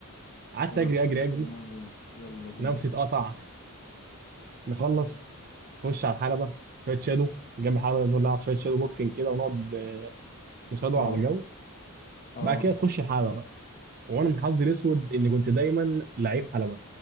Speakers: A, on the right (about 40°); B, on the left (about 45°).
A: قعدت
B: 13
A: اجري اجري اجري
B: مرة يلا بينا
A: نفسي اتقطع نخلص نخش على الحلبه شويه شادو جنب الحلبه نقعد نلعب شويه شادو بوكسنج كده ونقعد نشادو
B: اه
A: على الجو
B: اه
A: بعد كده تخش الحلبه بقى وانا من حظي الاسود اني كنت دايما لعيب حلبه